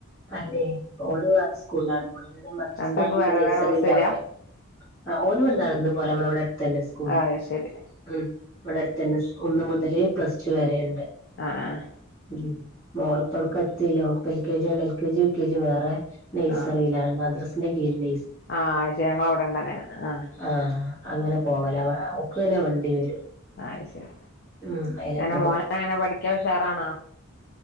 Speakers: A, on the left (about 25°); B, on the left (about 45°).
A: അല്ലെ ഓണ് വേറെ സ്കൂളിലാണുമ്പോള് ഇങ്ങനെ മദ്രസ്
B: രണ്ടാക്കും
A: നഗിയില്
B: വേറെ
A: നഴ്സറി
B: വേറെ ബസ്
A: ഉണ്ടാവൂല്ലേ
B: വരാ
A: ആ ഓനും നടന്ന് പോലെ നളവിടെ അടുത്ത്ന്നെ സ്കൂൾ
B: അത് ശരി
A: ഉം ഇവിടെടുതന്നെ ഒന്ന് മുതല് പ്ലസ് ടു വരുണ്ട്
B: ആഹ് ആഹ്
A: ഉം മോള ഇപ്പൊഴൊക്കെ എത്തില്ല എൽ കെ ജിണ്ട് L K G V K G വേറെ നെയ്സറയിലാണ്
B: ആഹ്
A: മദ്രാസന്റെ കില് ന
B: ആഹ് ആച്ചേ ഞങ്ങ അവിടെണ്ട അങ്ങനെ ആഹ്
A: ആഹ് അങ്ങനെ പോകല ഒക്കല്ലെ വണ്ടി വരും
B: ആ ശരി
A: ഉം അയിന്
B: എന്നേ
A: പോ
B: മോനങ്ങനെ പഠിക്കാ ഉഷാറാണോ?